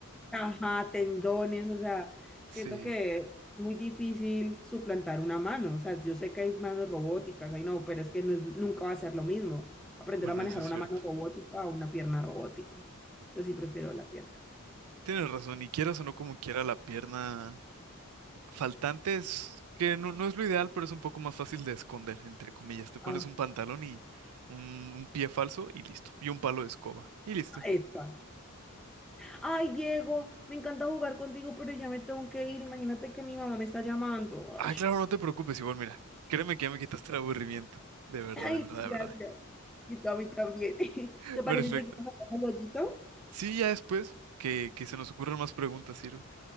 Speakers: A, in the centre; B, on the right.
A: Ajá, tendones, o sea,
B: Sí,
A: siento que es muy difícil suplantar una mano. O sea, yo sé que hay manos robóticas, ay no, pero es que no es, nunca va a ser lo mismo aprender
B: bueno,
A: a manejar
B: eso es
A: una
B: cierto.
A: mano robótica o una pierna robótica. Entonces sí prefiero la pierna.
B: Tienes razón, y quieras o no como quiera la pierna faltante es que no, no es lo ideal, pero es un poco más fácil de esconder, entre comillas. Te pones
A: Ajá,
B: un pantalón y un, un pie falso y listo, y un palo de escoba y listo.
A: esa. Ay, Diego, me encanta jugar contigo, pero ya me tengo que ir. Imagínate que mi mamá me está llamando.
B: Ah,
A: Ay,
B: claro, no te preocupes, igual, mira. Créeme que ya me quitaste el aburrimiento. De verdad,
A: <laughs> ay,
B: de verdad, de
A: gracias.
B: verdad.
A: Y tú a mí también. <laughs>
B: <laughs>
A: ¿Te parece
B: Perfecto.
A: si seguimos hablando lueguito?
B: Sí, ya después que, que se nos ocurran más preguntas, sirve.